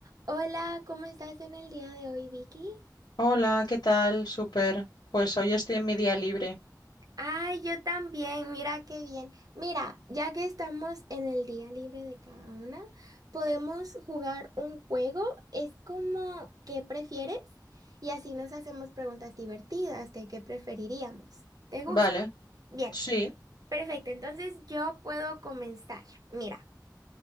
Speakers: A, on the right; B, on the left.
A: Hola, ¿cómo estás en el día de hoy, Vicky?
B: Hola, ¿qué tal? Súper. Pues hoy estoy en mi día libre.
A: Ay, yo también, mira qué bien. Mira, ya que estamos en el día libre de cada una, podemos jugar un juego. Es como ¿qué prefieres? Y así nos hacemos preguntas divertidas de qué preferiríamos. ¿Te gusta?
B: Vale,
A: Bien,
B: sí.
A: perfecto. Entonces yo puedo comenzar. Mira,